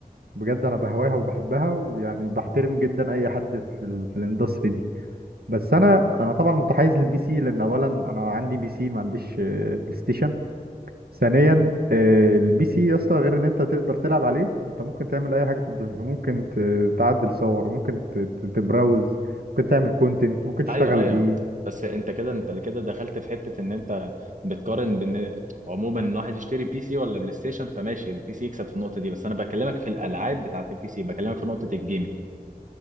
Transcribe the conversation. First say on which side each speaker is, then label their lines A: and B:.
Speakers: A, on the right; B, on the right.
A: بجد انا بهواها وبحبها ويعني بحترم جدا اي حد في ال... في الاندستري دي بس انا انا طبعا متحيز للبي سي لان اولا انا عندي بي سي ما عنديش آه، بلاي ستيشن ثانيا آه، البي سي يا اسطى غير ان انت تقدر تلعب عليه انت ممكن تعمل اي حاجه في الدنيا ممكن ت- تعدل صور ممكن ت- ت- تبراوز ممكن تعمل كونتنت ممكن تشتغل
B: ايوه ايوه
A: بيه
B: بس انت كده انت كده دخلت في حتة ان انت بتقارن بان عموما ان واحد يشتري بي سي ولا بلاي ستيشن فماشي البي سي يكسب في النقطة دي بس انا بكلمك في الالعاب بتاعت البي سي بكلمك في نقطة الجيمنج